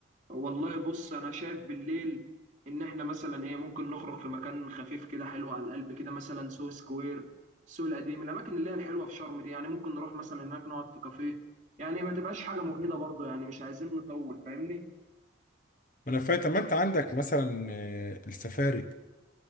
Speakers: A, on the right; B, on the left.
A: والله بص انا شايف بالليل ان احنا مثلا ايه ممكن نخرج في مكان خفيف كده حلو على القلب كده مثلا سو سكوير السوق القديم الاماكن اللي هي الحلوة في شرم دي يعني ممكن نروح مثلا هناك نقعد في كافيه يعني ما تبقاش حاجة مجهدة برضو يعني مش عايزين نطول فاهمني
B: ما انا فاهم طب ما انت عندك مثلا آه، السفاري